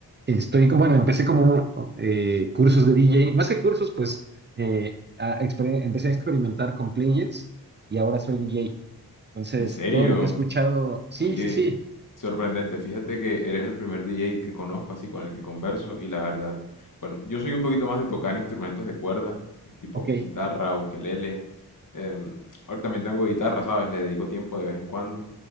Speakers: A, on the right; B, on the left.
A: estoy, como- bueno, empecé como eh, cursos de DJ, más que cursos, pues eh, a exper- empecé a experimentar con players y ahora soy DJ. Entonces,
B: ¿en serio?
A: todo lo que he escuchado, sí,
B: Oye,
A: sí, sí,
B: sorprendente. Fíjate que eres el primer DJ que conozco, así con el que converso, y la verdad, bueno, yo soy un poquito más de tocar instrumentos de cuerda, tipo
A: ok,
B: guitarra, ukelele. em, ahora también tengo guitarra, ¿sabes? Le dedico tiempo de vez en cuando